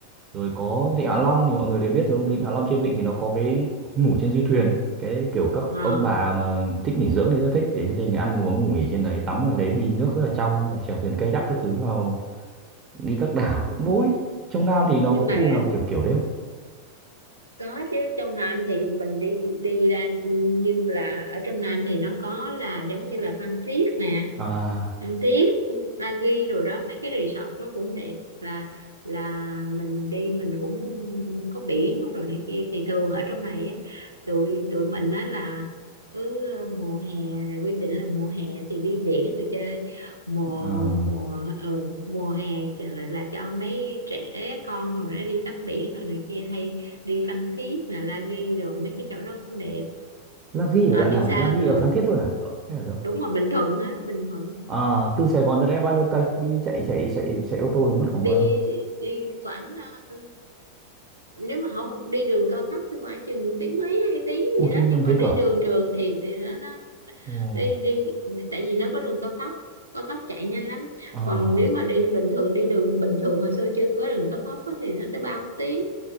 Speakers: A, on the right; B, on the right.
A: rồi có Vịnh Hạ Long thì mọi người đều biết rồi Vịnh Hạ Long trên vịnh thì nó có cái ngủ trên du thuyền cái kiểu các
B: ờ,
A: ông bà mà thích nghỉ dưỡng thì rất thích thế nên thì ăn uống ngủ nghỉ trên đấy tắm ngoài đấy thì nước rất là trong chèo thuyền kayak các thứ vào đi các đảo cũng vui trong Nam thì nó
B: nhưng
A: có
B: mà
A: khu nào kiểu kiểu đấy không
B: có chứ trong Nam thì mình đi đi ra ừ, như là ở trong Nam thì nó có là giống như là Phan Thiết nè
A: à,
B: ăn tiếp Bali rồi đó mấy cái resort nó cũng đẹp là là mình đi mình cũng có biển có đồ này kia thì thường ở trong này á tụi tụi mình á là cứ ờ, mùa hè quy định là mùa hè thì đi biển rồi chơi mùa
A: à
B: mùa ừ, mùa hè thì là, là cho mấy trẻ con rồi nó đi tắm biển rồi này kia hay đi Phan Thiết là La Ghi rồi mấy cái chỗ đó cũng đẹp
A: La Ghi ở
B: à,
A: đoạn
B: đi
A: nào
B: xa
A: nhỉ La
B: hơn
A: Ghi
B: nữa
A: ở Phan Thiết luôn à cậu hay ở đâu
B: đúng rồi Bình Thuận á Bình Thuận
A: à, từ Sài Gòn ra đây bao nhiêu cây đi chạy chạy chạy chạy ô tô thì mất khoảng
B: đi
A: bao lâu
B: đi khoảng ờ, nếu mà không đi đường cao tốc thì khoảng chừng tiếng mấy hai tiếng
A: Ủa
B: gì
A: thế
B: đó
A: nhanh
B: nhưng mà
A: thế
B: đi
A: cơ à?
B: đường trường thì thì nó, nó
A: Ồ,
B: đi đi tại vì nó có đường cao tốc cao tốc chạy nhanh lắm
A: à,
B: còn nếu mà đi bình thường đi đường bình thường hồi xưa chưa có đường cao tốc á, thì nó tới ba bốn tiếng